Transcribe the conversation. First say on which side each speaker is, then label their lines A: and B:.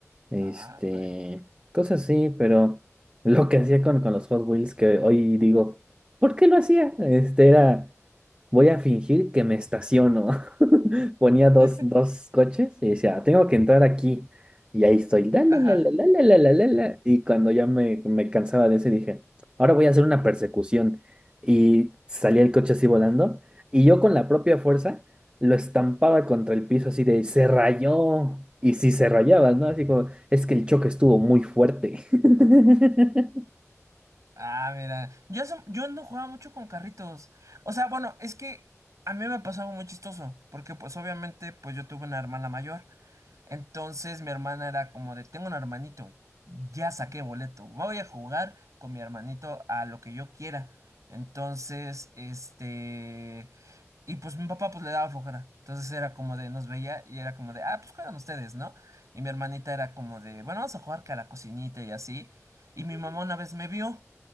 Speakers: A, on the right; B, on the right.
A: Este,
B: Ah, güey.
A: cosas así, pero lo que hacía con, con los Hot Wheels, que hoy digo, ¿por qué lo hacía? Este era voy a fingir que me estaciono. <laughs> Ponía dos,
B: <laughs>
A: dos coches y decía, tengo que entrar aquí. Y ahí estoy. la, la,
B: Ajá.
A: la, la, la, la, la, la, la, la. Y cuando ya me, me cansaba de ese, dije, ahora voy a hacer una persecución. Y salía el coche así volando. Y yo con la propia fuerza lo estampaba contra el piso así de, se rayó. Y si se rayaba, ¿no? Así como, es que el choque estuvo muy fuerte. <laughs>
B: Ah, mira. Yo, hace- yo no jugaba mucho con carritos. O sea, bueno, es que a mí me pasó algo muy chistoso porque pues obviamente pues yo tuve una hermana mayor. Entonces mi hermana era como de, tengo un hermanito, ya saqué boleto, voy a jugar con mi hermanito a lo que yo quiera. Entonces, este... Y pues mi papá pues le daba flojera. Entonces era como de, nos veía y era como de, ah, pues juegan ustedes, ¿no? Y mi hermanita era como de, bueno, vamos a jugar que a la cocinita y así. Y mi mamá una vez me vio